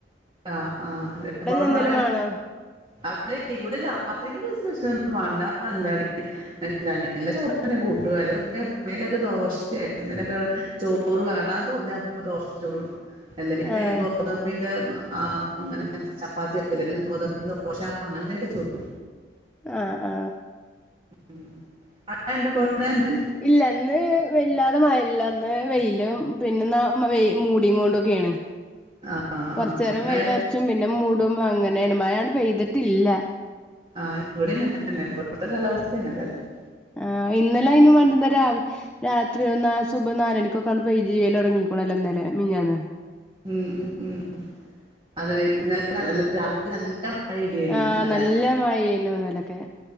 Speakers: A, on the right; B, in the centre.
A: ആഹ് ആ അപ്പ അവിടെ
B: എന്തേലും
A: മഴെ
B: വേണോ
A: അവിടെ ഇവിടെ രാത്രിൽ സ്പെഷ്യൽ ഒന്നും വേണ്ട എന്താ <unintelligible> എന്തണ് ഇള്ള ചോറനെ കൂട്ടും. അതൊക്കെ എപ്പളെലൊക്കെ ദോശയൊക്കെ എന്തെലൊക്ക ചോ റ് വേണ്ടാന്ന് തോന്നിയ അപ്പൊ ദോശ ചുടും. അല്ലെങ്കില്
B: ആഹ്
A: ഗോതമ്പിന്റെ ആ അങ്ങനെ, ചപ്പാത്തിയോ അല്ലങ്കി ഗോദബിന്റെ ദോശ, അങ്ങനെ എന്തെലൊക്കെ ചുടും.
B: ആഹ് ആ.
A: ഉം. മഴ ഇണ്ടോ ഇപ്പോ അവിടെ ഇന്ന്?
B: ഇല്ല ന്ന് വല്ലാതെ മയല്ലന്ന് വെയിലും, പിന്നെ ന വെ മൂടികൊണ്ടൊക്കെ ഏണ്.
A: <inaudible> ആ
B: കൊറചേരം വെയില
A: ആ,
B: അറച്ചും പിന്നെ മൂടും അങ്ങനെണ്. മഴ അങ്ങനെ പെയ്തിട്ടില്ല.
A: ആ ഇവിടെ അങ്ങനെതന്നെ. ഇവിടുത്തെ കാലാവസ്ഥ അങ്ങനെ തന്നെ.
B: ആ ഇന്നലെ അയിനും വേണ്ടുന്ന രാവിലെ രാത്രി ന്ന സുബ നാലണിക്കൊക്കെ ങ്ങട് പെയ്യല് തൊടങ്ങീകോണല്ലോന്നലെ മിനിയാന്ന്.
A: ഉം ഉം ഉം. അതെ വൈകുന്നേരം <unintelligible> രാവിലെ നല്ല മഴ ഇടിയാണ്
B: ആ
A: ഇന്നലെ
B: നല്ല മഴെണു ഇന്നലൊക്കെ.